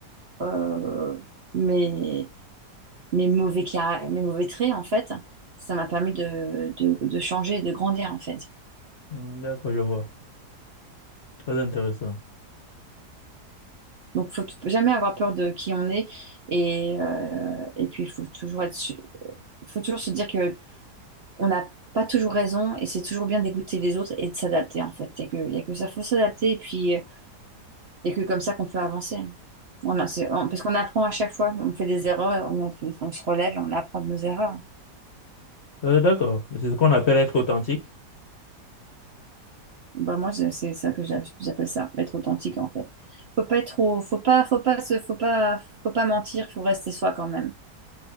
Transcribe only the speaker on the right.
euh, mes mes mauvais caractères, mes mauvais traits en fait, ça m'a permis de, de de changer, de grandir en fait.
Donc, faut t- jamais avoir peur de qui on est. Et, euh, et puis, il faut toujours être, su- faut toujours se dire que on n'a pas toujours raison et c'est toujours bien d'écouter les autres et de s'adapter, en fait. Il n'y a que, y a que ça, faut s'adapter et puis, euh, y a que comme ça qu'on peut avancer. On a- c'est- on- parce qu'on apprend à chaque fois, on fait des erreurs, on, on se relève et on apprend de nos erreurs.
Ben, moi, c'est c'est ça que j'a- j'appelle ça, être authentique, en fait. Faut pas être trop, faut pas, faut pas se, faut pas, faut pas mentir, faut rester soi quand même.